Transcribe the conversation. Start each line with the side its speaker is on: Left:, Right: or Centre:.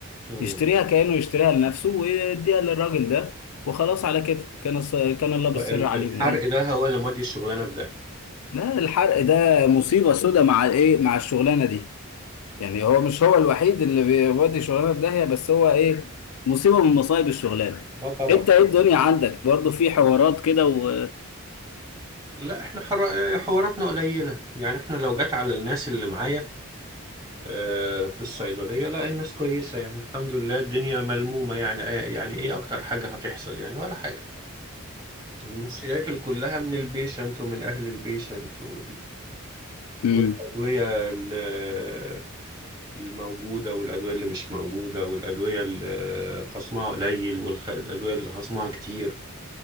Right: امم
Left: يشتريها كانه يشتريها لنفسه ويديها للراجل ده وخلاص على كده كان الص- كان الله
Right: والحرق
Left: بالسر عليهم ولا
Right: ده هو اللي مودي الشغلانه في ده
Left: لا الحرق ده مصيبه سودة مع الايه مع الشغلانه دي يعني هو مش هو الوحيد اللي بيودي شغلانه في داهيه بس هو ايه مصيبه من مصايب الشغلانه
Right: لا طبعا
Left: انت ايه الدنيا عندك برضو في حوارات كده و
Right: لا احنا حر... حواراتنا قليلة يعني احنا لو جت على الناس اللي معايا آه، في الصيدلية لا الناس كويسة يعني الحمد لله الدنيا ملمومة يعني آه، يعني ايه اكتر حاجة هتحصل يعني ولا حاجة المشاكل كلها من البيشنت ومن اهل البيشنت و...
Left: امم
Right: والادوية ال- الموجودة والادوية اللي مش موجودة والادوية اللي خصمها قليل والادوية اللي خصمها كتير